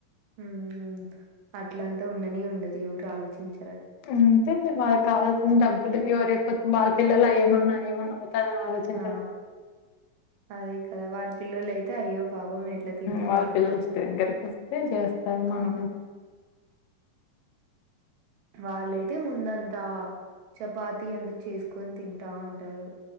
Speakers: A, on the right (about 80°); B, on the left (about 85°).
A: ఉమ్ అట్లంత ఉండనే ఉండదు ఎవరు ఆలోచించ
B: అంతేలే వాళ్ళకు కావాల్సింది డబ్బులే ఎవరైపోతు వాళ్ళ పిల్లలా ఏమన్నా ఏమన్నా అవుతాదని ఆలోచించడం
A: ఆ అదే కదా వాళ్ళ పిల్లోలయితే అయ్యో పాపం ఎట్లా తింటారో
B: వాళ్ళ
A: అనుకుంటారు
B: పిల్లలు ఇస్తే దగ్గరికి వస్తే చేస్తారు మనకి
A: ఆ వాళ్ళైతే ముందంతా చపాతి ఎందుకు చేసుకొని తింటా ఉంటారు